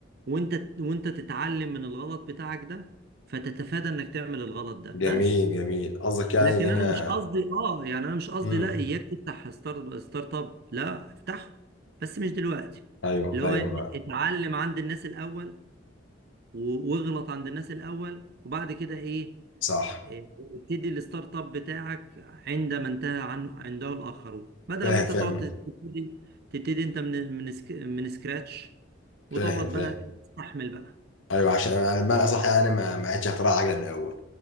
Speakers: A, on the right; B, on the left.
A: وانت وانت تتعلم من الغلط بتاعك ده فتتفادى انك تعمل الغلط ده
B: جميل
A: بس
B: جميل قصدك يعني
A: لكن
B: اللي انا
A: انا مش قصدي اه يعني انا مش قصدي
B: امم
A: لا اياك تفتح ستارت ستارت اب لا افتحه بس مش دلوقتي
B: ايوه
A: اللي هو
B: ايوه
A: يعني
B: ما
A: اتعلم عند الناس الاول و- واغلط عند الناس الاول وبعد كده ايه
B: صح
A: إيه، ابتدي الستارت اب بتاعك عندما انتهى عن عنده الاخرون بدل
B: فاهم
A: ما انت
B: فاهم
A: تقعد تبتدي تبتدي انت من من سك- من سكراتش
B: فاهم
A: وتقعد
B: فاهم
A: بقى تستحمل بقى
B: ايوه عشان انا بمعنى اصح يعني ما ما عادش اختراع عجله من الاول